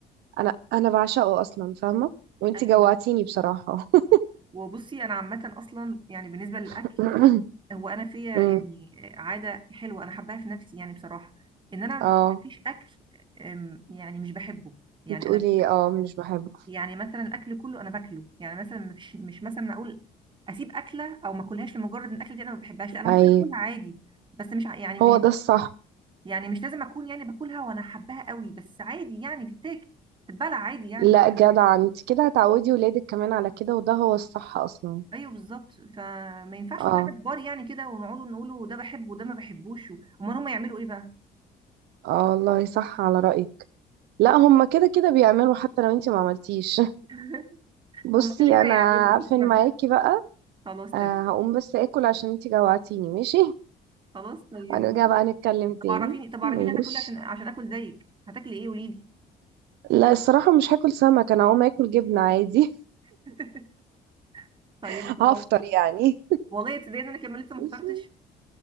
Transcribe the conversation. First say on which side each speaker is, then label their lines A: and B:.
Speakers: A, on the right (about 80°); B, on the right (about 30°).
A: انا انا بعشقه اصلا فاهمه وانتي
B: ايوه
A: جوعتيني بصراحه <laughs>
B: وبصي انا عامه اصلا يعني بالنسبه للاكل
A: <coughs>
B: هو انا فيا
A: أمم،
B: يعني عاده حلوه انا حباها في نفسي يعني بصراحه ان انا
A: اه
B: مفيش اكل أم، يعني مش بحبه يعني
A: بتقولي
B: انا
A: اه مش بحبه
B: يعني مثلا الاكل كله انا باكله يعني مثلا مش مش مثلا اقول اسيب اكله او ما اكلهاش لمجرد ان الاكله دي انا ما بحبهاش لا انا
A: اي
B: ممكن اكلها عادي بس مش ع- يعني مش
A: هو ده الصح
B: يعني مش لازم اكون يعني باكلها وانا حباها قوي بس عادي يعني بتتاكل بتتبلع عادي يعني
A: لا جدع انت كده هتعودي ولادك كمان على كده وده هو الصح اصلا
B: ايوه بالظبط فما ينفعش
A: اه
B: نبقى احنا كبار يعني كده ونقعدوا نقولوا ده بحبه وده ما بحبوش امال هم يعملوا ايه بقى
A: اه والله صح على رأيك لا هما كده كده بيعملوا حتى لو انت ما عملتيش
B: <laughs>
A: <laughs> بصي
B: هم كده كده
A: انا
B: هيعملوا
A: عارفه ان
B: ما-
A: معاكي بقى
B: خلاص
A: آه
B: تمام
A: هقوم بس اكل عشان انت جوعتيني ماشي
B: خلاص طيب
A: هنرجع
B: ماشي
A: بقى نتكلم تاني
B: طب عرفيني طب
A: ماشي
B: عرفيني هتاكل ايه عشان عشان اكل زيك هتاكلي ايه قولي لي
A: لا الصراحة مش هاكل سمك انا هقوم اكل جبنة عادي
B: <laughs> طيب
A: <laughs>
B: خلاص
A: هفطر يعني
B: والله تصدقني انا كمان لسه ما
A: ماشي.
B: فطرتش